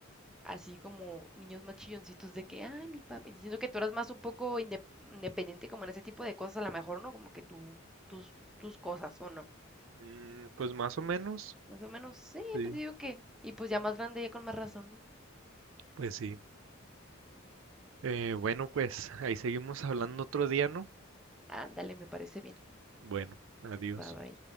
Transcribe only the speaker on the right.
Mm, pues más o menos,
sí,
pues sí. Eh, bueno, pues ahí seguimos hablando otro día, ¿no?
Bueno, adiós.